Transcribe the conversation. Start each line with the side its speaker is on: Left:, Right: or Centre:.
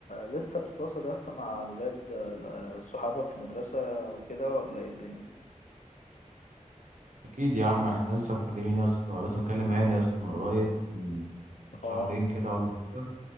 Left: لسه بتتواصل يا اسطى مع الولاد آه، صحابك في المدرسة وكده ولا إيه الدنيا؟
Right: اكيد يا عم احنا لسه مكلمين يا اسطى لسه مكلم هاني يا اسطى من قريب من شهرين
Left: اه
Right: كده ولا كده